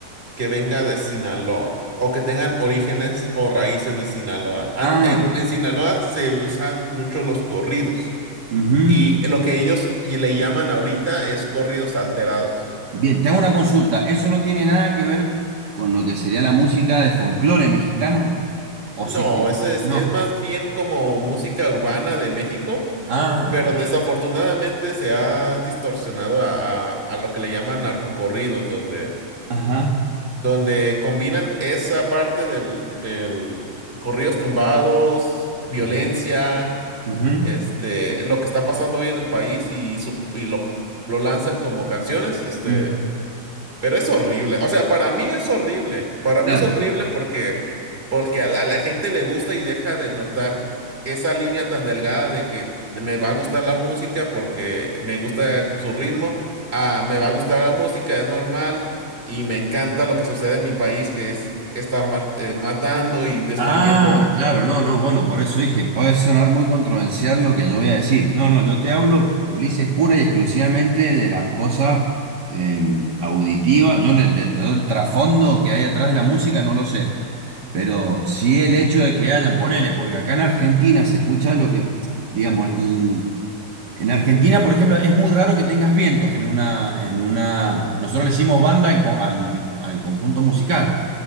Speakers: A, on the right; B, on the right.
A: que venga de Sinaloa o que tengan orígenes o raíces de Sinaloa. Ant-
B: Ah,
A: En, en Sinaloa se usan mucho los corridos.
B: ujú.
A: Y lo que ellos y le llaman ahorita es corridos alterados.
B: Bien, te hago una consulta. ¿Eso no tiene nada que ver con lo que sería la música de folclore mexicano? ¿O
A: No,
B: sí tiene?
A: ese es,
B: No.
A: es más bien como música urbana de México,
B: Ah,
A: pero
B: bien.
A: desafortunadamente se ha distorsionado a, a- a lo que le llaman narcocorridos, donde,
B: Ajá.
A: donde combinan esa parte del, del corridos tumbados, violencia,
B: Ujú, ujú,
A: este, lo que está pasando hoy en el país y, su- y lo, lo lanzan como canciones, este.
B: ujú.
A: Pero es horrible. O sea, para mí es horrible. Para
B: Claro.
A: mí es horrible porque, porque a la, a la gente le gusta y deja de notar esa línea tan delgada de que me va a gustar la música porque me gusta su ritmo, ah, me va a gustar la música, es normal y me encanta lo que sucede en mi país, que es estar mat- eh, matando y destruyendo.
B: Ah, claro, no, no, bueno, por eso dije, puede sonar muy controversial lo que yo voy a decir. No, no, yo te hablo, Ulises, pura y exclusivamente de las cosas eh, auditivas. Yo no- de todo el trasfondo que hay atrás de la música no lo sé, pero sí el hecho de que hayan, ponele, porque acá en Argentina se escucha lo que, digamos, l- en Argentina, por ejemplo, es muy raro que tengas vientos en una, en una, nosotros le decimos banda al, co- al al conjunto musical